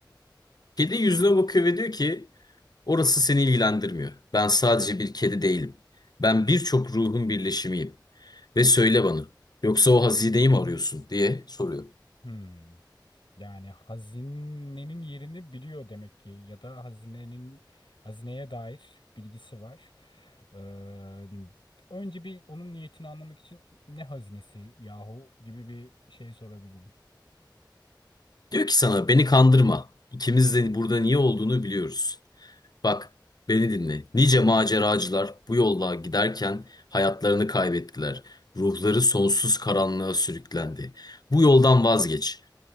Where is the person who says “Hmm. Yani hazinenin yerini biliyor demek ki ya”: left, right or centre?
Left